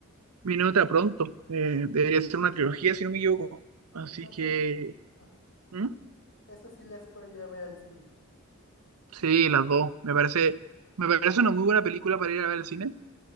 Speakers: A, on the right; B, on the left.
A: Viene otra pronto. Eh, debería ser una trilogía, si no me equivoco. Así
B: Entonces,
A: que.
B: ah,
A: ¿Mm?
B: eso sí les puedo ir a ver al cine,
A: Sí, las dos. Me parece, me parece una muy buena película para ir a ver al cine.